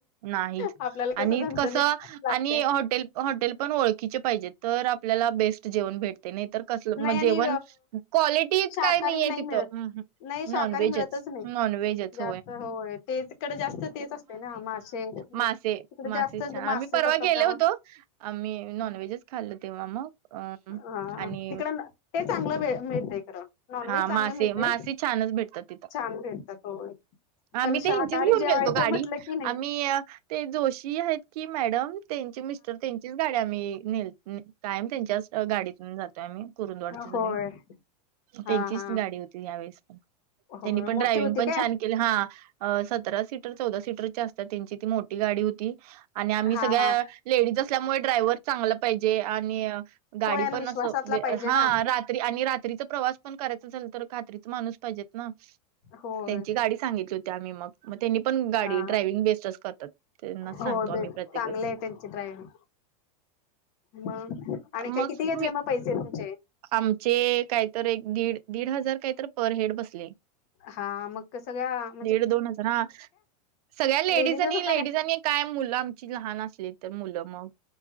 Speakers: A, on the right; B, on the left.
A: नाहीच
B: आपल्याला कसं
A: आणि
B: झणझणीत
A: कस आणि
B: लागते
A: हॉटेल हॉटेल पण ओळखीचे पाहिजेत, तर आपल्याला बेस्ट जेवण भेट -- तयं नाही तर कसलं
B: नाही आणि
A: जेवण. क्वालिटीच
B: शाकाहारी
A: काय नाहीये
B: नाही
A: तिथं.
B: मिळत नाही. शाकाहारी
A: नॉनव्हेजच
B: मिळतच नाही
A: नॉनव्हेजच
B: जास्त होय ते तकडे जास्त तेच असते ना मासे. तिकडे
A: मासे, मासे
B: जास्त
A: <unintelligible>
B: मासेच
A: आम्ही परवा
B: असतात
A: गेले
B: त्यामुळे
A: होतो. आम्ही नॉनव्हेजच खाल्ल तेव्हा मग. अ
B: हा.
A: आणि
B: तिकड न ते चांगलं भे मिळतय खरं. नॉन
A: हा
B: व्हेज चांगला
A: मासे
B: मिळतय.
A: मासे छानच भेटतात तिथं
B: छान भेटतात होय.
A: आम्ही
B: पण
A: ते
B: शाकाहारी
A: हेचीच घेऊन
B: जेवायचं
A: गेलतो गाडी
B: म्हटलं की नाही
A: आम्ही ते जोशी हाईत की मॅडम त्यांचे मिस्टर त्यांची त्याची गाडी आम्ही नेल <unintelligible> कायम त्यांच्याच गाडीतून जातोय आम्ही कुरुंदवाडची सगळे.
B: होय हा
A: त्यांचीच
B: हा
A: गाडी होती यावेेळेस
B: होय
A: त्यांनी पण
B: मोठी
A: ड्रायविंग
B: होती
A: पण
B: काय
A: छान हा. सतरा सीटर, चौदा सीटरची असत्या त्यांची ती मोठी गाडी होती. आणि आम्ही
B: हा
A: सगळ्या
B: हा
A: लेडीज असल्यामुळे ड्रायव्हर चांगलं पाहिजे आणि गाडी
B: होय आणि
A: पण
B: विश्वासातला
A: अस
B: पाहिजे
A: हा.
B: ना
A: रात्री आणि रात्रीचा प्रवास पण करायचं असेल तर खात्रीच माणूस पाहिजेतना.
B: होय
A: त्यांची गाडी सांगितली होती आम्ही मग. मग त्यांनी पण गाडी
B: हा
A: ड्रायविंग बेस्टच करतात. त्यांनाच सांगतो
B: होय बे
A: आम्ही प्रत्येक
B: चांगले
A: वेळेस.
B: आहे त्यांची ड्रायविंग मग आणि काय
A: मग
B: किती घेतले
A: मी
B: मग पैसे तुमचे?
A: आमचे काहीतर एक दीड, दीड हजार काहीत पर हेड बसले.
B: हा. मग सगळ्या- -
A: दीड दोन हजार हा सगळ्या लेडीजांनी
B: लेडीजच होता
A: लेडीजांनी
B: काय
A: काय मुलं आमची लहान असली तर मुलं मग